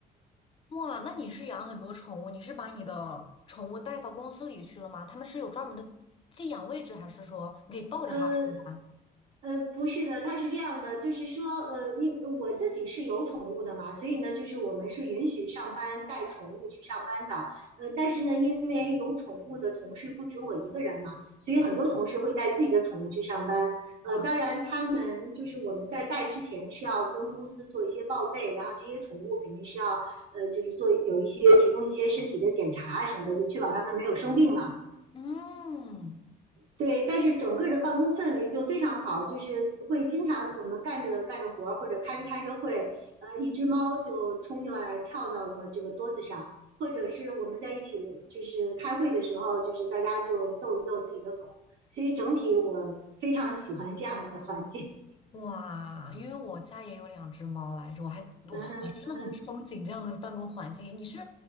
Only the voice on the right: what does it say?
呃，呃，不是的，它是这样的，就是说，呃，因我自己是有宠物的嘛，所以呢，就是我们是允许上班带宠物去上班的。呃，但是呢，因为有宠物的同事不止我一个人嘛，所以很多同事会带自己的宠物去上班。呃，
当然，他们就是我们在带之前是要跟公司做一些报备，然后这些宠物肯定是要，呃，就是做有一些提供一些身体的检查什么的，就确保它们没有生病嘛。
对，但是整个的办公氛围就非常好，就是会经常我们干着干着活儿或者开着开着会，呃，一只猫就冲进来跳到了这个桌子上，或者是我们在一起就是开会的时候，就是大家就逗一逗自己的狗，所以整体我非常喜欢这样的环境。
<laughs> 嗯哼嗯哼。